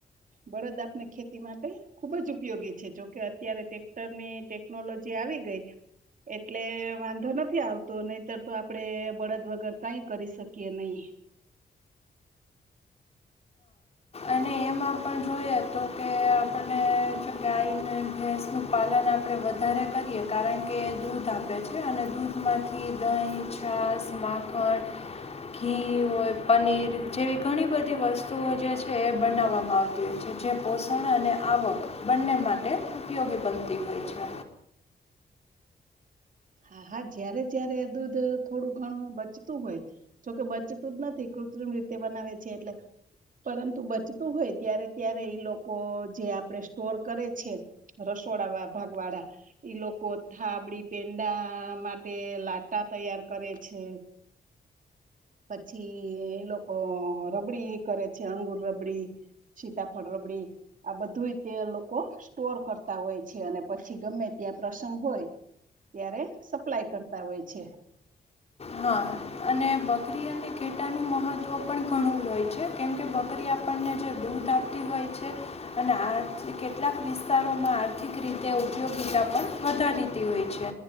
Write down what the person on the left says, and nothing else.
અને એમાં પણ જોઈએ તો કે આપને ગાય ભેંસ પાલન આપણે વધારે કરીએ કારણ કે એ દૂધ આપે છે અને દૂધમાંથી દહીં તાસ માફણ ઘી હોય પનીર જેવી ઘણી બધી વસ્તુઓ જે છે એ બનાવે. આપવામાં આવતી હોય છે જે પોષણ અને આવક બંને માટે ઉપયોગી બનતી હોય છે.
હા અને બકરી અને ઘેટાનું મહત્વ પણ ઘણું જ હોય છે. કેમ કે બકરી આપણને જે દૂધ આપતી હોય છે. અને આ કેટલાક વિસ્તારોમાં આર્થિક રીતે ઉપયોગીતા પણ વધારીતી હોય છે.